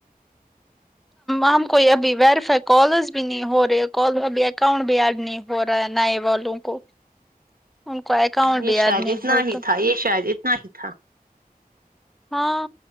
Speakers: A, in the centre; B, on the right.
A: ہم کوئی ابھی ویریفائی کالرس بھی نہیں ہو رہے کال ابھی اکاؤنٹ بھی ایڈ نہیں ہو رہا ہے نئے والوں کو ان کو اکاؤنٹ
B: یہ
A: بھی ایڈ
B: شادیت
A: ہوتا
B: نہیں تھا یہ شادیت نہیں تھا
A: ہاں